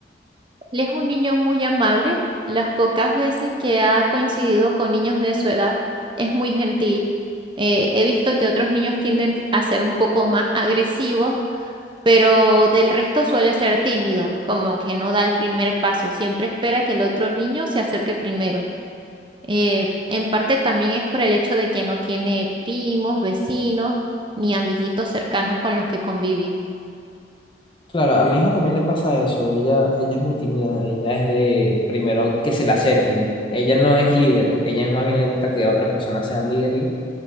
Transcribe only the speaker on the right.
Él es un niño muy amable. Las pocas veces que ha coincidido con niños de su edad, es muy gentil. Eh, he visto que otros niños tienden a ser un poco más agresivos pero del resto suele ser tímido, como que no da el primer paso, siempre espera que el otro niño se acerque primero. Eh, en parte también es por el hecho de que no tiene primos, vecinos, ni amiguitos cercanos con los que convivir.